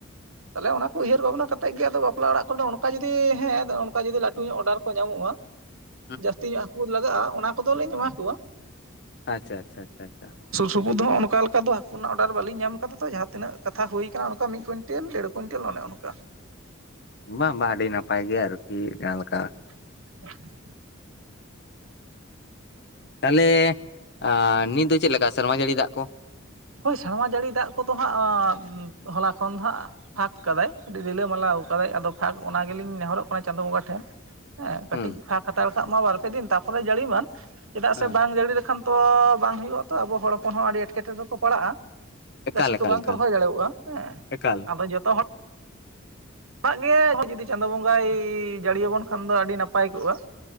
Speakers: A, on the right; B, on the left.
A: ᱛᱟᱞᱦᱮ ᱚᱱᱟ ᱠᱚ ᱩᱭᱦᱟᱹᱨ ᱵᱷᱟᱵᱽᱱᱟ ᱠᱟᱛᱮᱜ ᱜᱮ ᱟᱫᱚ ᱵᱟᱯᱞᱟ ᱚᱲᱟᱜ ᱠᱚᱨᱮᱫᱚ ᱚᱱᱠᱟ ᱡᱩᱫᱤ ᱦᱮ ᱚᱱᱠᱟ ᱡᱩᱫᱤ ᱞᱟᱹᱴᱩ ᱧᱚᱜ ᱚᱰᱟᱨ ᱠᱚ ᱧᱟᱢᱚᱜ-ᱟ᱾
B: <inaudible>
A: ᱡᱟᱹᱥᱛᱤ ᱧᱚᱜ ᱦᱟᱹᱠᱩ ᱞᱟᱜᱟᱜ-ᱟ ᱚᱱᱟ ᱠᱚᱫᱚ ᱞᱤᱧ ᱮᱢᱟ ᱠᱚᱣᱟ᱾
B: ᱟᱪᱪᱷᱟ, ᱟᱪᱪᱷᱟ, ᱟᱪᱪᱷᱟ ᱟᱪᱪᱷᱟ᱾
A: ᱛᱚᱵᱩ ᱫᱚ ᱚᱱᱠᱟ ᱞᱮᱠᱟ ᱫᱚ ᱦᱟᱹᱠᱩ ᱨᱮᱱᱟᱜ ᱚᱰᱟᱨ ᱵᱟᱞᱤᱧ ᱧᱟᱢ ᱠᱟᱫᱟ ᱛᱚ ᱡᱟᱦᱟ ᱛᱤᱱᱟᱹᱜ ᱠᱟᱛᱷᱟ ᱦᱳᱭ ᱠᱟᱱᱟ ᱚᱱᱠᱟ ᱢᱤᱫ ᱠᱩᱭ ᱴᱮᱞ ᱫᱮᱲ ᱠᱩᱭᱮᱱᱴᱮᱞ ᱚᱱᱮ ᱚᱱᱠᱟ᱾
B: ᱵᱟᱝ ᱵᱟᱝ ᱟᱹᱰᱤ ᱱᱟᱯᱟᱭ ᱜᱮ ᱟᱨᱠᱤ ᱡᱟᱦᱟ ᱞᱮᱠᱟ᱾
A: <inaudible>
B: ᱛᱟᱞᱦᱮ ᱟᱸᱻ ᱱᱤᱛ ᱫᱚ ᱪᱮᱫ ᱞᱮᱠᱟ ᱥᱮᱨᱢᱟ ᱡᱟᱹᱲᱤ ᱫᱟᱜ ᱠᱚ?
A: ᱦᱳᱭ ᱥᱮᱨᱢᱟ ᱡᱟᱹᱲᱤ ᱫᱟᱜ ᱠᱚᱫᱚ ᱦᱟᱸᱜ ᱦᱚᱞᱟ ᱠᱷᱚᱱ ᱫᱚ ᱦᱟᱸᱜ ᱯᱷᱟᱸᱠ ᱠᱟᱫᱟᱭ ᱟᱹᱰᱤ ᱨᱤᱞᱟᱹ ᱢᱟᱞᱟ ᱠᱟᱫᱟᱭ ᱟᱫᱚ ᱯᱷᱟᱸᱠ ᱚᱱᱟ ᱜᱮᱞᱤᱧ ᱱᱮᱦᱚᱨᱚᱜ ᱠᱟᱱᱟ ᱪᱟᱸᱫᱳ ᱵᱚᱸᱜᱟ ᱴᱷᱮᱱ᱾ ᱦᱮ ᱠᱟᱹᱴᱤᱡ
B: ᱦᱩᱸ
A: ᱯᱷᱟᱸᱠ ᱦᱟᱛᱟᱲ ᱠᱟᱜ ᱢᱟ ᱵᱟᱨ ᱯᱮ ᱫᱤᱱ ᱛᱟᱨᱯᱚᱨᱮ ᱡᱟᱹᱲᱤ ᱢᱟᱱ ᱪᱮᱫᱟᱜ
B: ᱦᱮᱸ
A: ᱥᱮ ᱵᱟᱝ ᱡᱟᱹᱲᱤ ᱞᱮᱠᱷᱟᱱ ᱛᱚ ᱵᱟᱝ ᱦᱩᱭᱩᱜ-ᱟ ᱛᱚ ᱟᱵᱚ ᱦᱚᱲ ᱦᱚᱯᱚᱱ ᱦᱚ ᱟᱹᱰᱤ ᱮᱴᱠᱮᱴᱚᱸᱬᱮ ᱨᱮᱠᱚ ᱯᱟᱲᱟᱜ-ᱟ᱾
B: ᱮᱠᱟᱞ
A: ᱜᱟᱹᱪᱷᱤ
B: ᱮᱠᱟᱞ
A: ᱠᱚ ᱵᱟᱝ
B: ᱮᱠᱟᱞ
A: ᱠᱚ ᱨᱚᱦᱚᱭ ᱫᱟᱲᱮᱣᱚᱜ-ᱟ ᱦᱮ
B: ᱮᱠᱟᱞ
A: ᱟᱫᱚ ᱡᱚᱛᱚ ᱦᱚᱲ ᱫᱟᱜ ᱜᱮ ᱡᱩᱫᱤ ᱪᱟᱸᱫᱳ ᱵᱚᱸᱜᱟᱭ ᱡᱟᱹᱲᱤ ᱟᱵᱚᱱ ᱠᱷᱟᱱ ᱫᱚ ᱟᱹᱰᱤ ᱱᱟᱯᱟᱭ ᱠᱚᱜ-ᱟ᱾